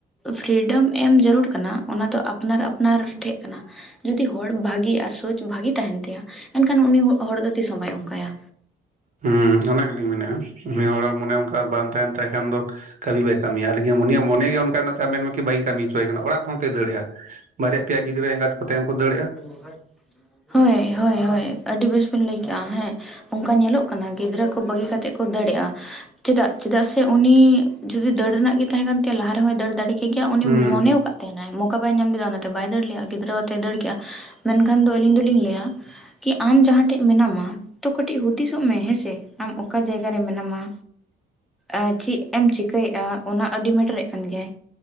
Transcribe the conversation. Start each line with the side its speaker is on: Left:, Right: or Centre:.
Centre: ᱯᱷᱨᱤᱰᱚᱢ ᱮᱢ ᱡᱟᱹᱨᱩᱲ ᱠᱟᱱᱟ ᱚᱱᱟ ᱫᱚ ᱟᱯᱱᱟᱨ ᱟᱯᱱᱟᱨ ᱴᱷᱮᱜ ᱠᱟᱱᱟ᱾ ᱡᱩᱫᱤ ᱦᱚᱲ ᱵᱷᱟᱜᱤ ᱟᱨ ᱥᱳᱪ ᱵᱷᱟᱜᱤ ᱛᱟᱦᱮᱱ ᱛᱟᱭᱟ ᱮᱱᱠᱷᱟᱱ ᱩᱱᱤ ᱦᱚᱲ ᱫᱚ ᱛᱤᱥ ᱦᱚᱸ ᱵᱟᱭ ᱚᱱᱠᱟᱭᱟ᱾
Right: ᱦᱩᱸ ᱚᱱᱟ ᱜᱮᱞᱤᱧ ᱢᱮᱱᱮᱜ-ᱟ ᱩᱱᱤ ᱦᱚᱲᱟᱜ ᱢᱚᱱᱮ ᱚᱱᱠᱟ ᱵᱟᱝ ᱛᱟᱦᱮᱱ ᱛᱟᱭ ᱠᱷᱟᱱ ᱫᱚ᱾ ᱠᱟᱹᱢᱤ ᱵᱟᱭ ᱠᱟᱢᱤᱭᱟ ᱟᱨᱠᱤ ᱩᱱᱤᱭᱟᱜ ᱢᱚᱱᱮ ᱜᱮ ᱚᱱᱠᱟᱱᱟᱜ ᱛᱟᱭ ᱢᱮᱱ ᱢᱟ ᱠᱤ ᱵᱟᱹᱧ ᱠᱟᱢᱤ ᱦᱚᱪᱳᱭᱟᱭ ᱠᱟᱱᱟ ᱚᱲᱟᱜ ᱠᱷᱚᱱ ᱦᱚᱸᱛᱚᱭ ᱫᱟᱹᱲᱮᱜ-ᱟ᱾ ᱵᱟᱨᱭᱟ ᱯᱮᱭᱟ ᱜᱤᱫᱽᱨᱟᱹ ᱮᱸᱜᱟᱛ᱾ ᱠᱚᱛᱮ ᱦᱚᱸᱠᱚ ᱫᱟᱹᱲ᱾
Centre: <unintelligible> ᱦᱳᱭ ᱦᱳᱭ ᱦᱳᱭ ᱟᱹᱰᱤ ᱵᱮᱥ ᱵᱮᱱ ᱞᱟᱹᱭ ᱠᱮᱜ-ᱟ ᱦᱮᱸ᱾ ᱚᱱᱠᱟ ᱧᱮᱞᱚᱜ ᱠᱟᱱᱟ ᱜᱤᱫᱽᱨᱟᱹ ᱠᱚ ᱵᱟᱹᱜᱤ ᱠᱟᱛᱮᱜ ᱠᱚ ᱫᱟᱹᱲᱮᱜ-ᱟ᱾ ᱪᱮᱫᱟᱜ ᱪᱮᱫᱟᱜ ᱥᱮ ᱩᱱᱤ ᱡᱩᱫᱤ ᱫᱟᱹᱲ ᱨᱮᱱᱟᱜ ᱜᱤ ᱛᱟᱦᱮᱸ ᱠᱟᱱ ᱛᱟᱭᱟ ᱞᱟᱦᱟ ᱨᱮᱦᱚᱸᱭ ᱫᱟᱹᱲ ᱫᱟᱲᱤᱜ ᱴᱷᱤᱠ ᱜᱮᱭᱟ ᱩᱱᱤ
Right: ᱦᱩᱸ
Centre: ᱢᱚᱱᱮᱣᱠᱟᱜ ᱛᱟᱦᱮᱸᱱᱟᱭ ᱢᱚᱠᱟ ᱵᱟᱭ ᱧᱟᱢ ᱞᱮᱫᱟ ᱚᱱᱟᱛᱮ ᱵᱟᱭ ᱫᱟᱹᱲ ᱞᱮᱜ-ᱟ ᱜᱤᱫᱽᱨᱟᱹᱣ ᱟᱛᱮᱭ ᱫᱟᱹᱲ ᱠᱮᱜ-ᱟ᱾ ᱢᱮᱱᱠᱷᱟᱱ ᱫᱚ ᱟᱹᱞᱤᱧ ᱫᱚᱞᱤᱧ ᱞᱟᱹᱭᱟ᱾ ᱠᱤ ᱟᱢ ᱡᱟᱦᱟᱸ ᱴᱷᱮᱡ ᱢᱮᱱᱟᱢᱟ ᱛᱚ ᱠᱟᱹᱴᱤᱡ ᱦᱩᱫᱤᱥᱚᱜ ᱢᱮ ᱦᱮᱸᱥᱮ᱾ ᱟᱢ ᱚᱠᱟ ᱡᱟᱭᱜᱟ ᱨᱮ ᱢᱮᱱᱟᱢᱟ᱾ ᱮᱸ ᱪᱤᱜ ᱮᱢ ᱪᱤᱠᱟᱹᱭᱮᱜ-ᱟ ᱚᱱᱟ ᱟᱰᱤ ᱢᱮᱴᱟᱨᱮᱜ ᱠᱟᱱ ᱜᱮᱭᱟᱭ᱾